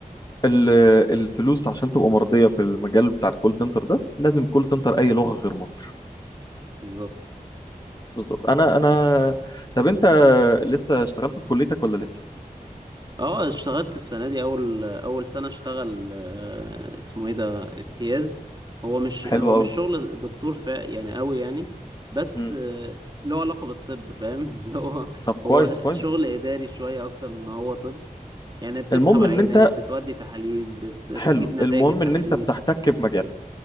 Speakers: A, on the left; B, on the right.
A: ال- الفلوس عشان تبقى مرضيه في المجال بتاع الكول سنتر ده لازم كول سنتر اي لغه غير مصر
B: بالظبط.
A: بالظبط انا انا طب انت لسه اشتغلت في كليتك ولا لسه
B: اه اشتغلت السنة دي أول أول سنة اشتغل آه، اسمه ايه ده امتياز هو مش
A: حلو
B: هو مش
A: قوي
B: شغل دكتور فا يعني قوي يعني بس
A: امم
B: آه، له علاقة بالطب فاهم <laughs> هو
A: طب كويس
B: هو
A: كويس
B: شغل إداري شوية أكتر من ما هو طب يعني بتسحب
A: المهم
B: عينات
A: ان انت
B: بتودي تحاليل بت بتجيب
A: حلو
B: نتائج
A: المهم
B: التحاليل
A: ان انت بتحتك بمجالك